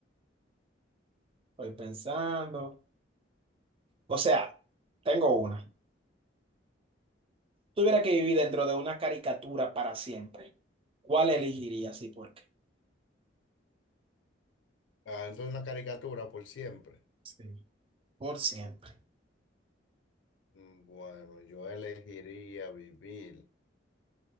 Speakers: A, on the right; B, on the left.
A: Estoy pensando. O sea, tengo una. Si Tuviera que vivir dentro de una caricatura para siempre, ¿cuál elegirías y por qué?
B: Adentro de una caricatura por siempre.
A: Sí. Por siempre.
B: Mm, Bueno, yo elegiría vivir